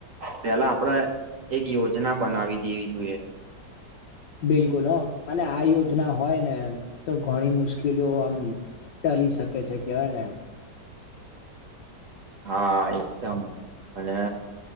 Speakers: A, on the right; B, on the left.
A: પેલા આપડે એક યોજના બનાવી દેવી જોઈએ.
B: બિલકુલ હ અને આ યોજના હોય ને તો ઘણી મુશ્કેલીઓ આમ ચાલી શકે છે કેવાય ને
A: હા એકદમ અને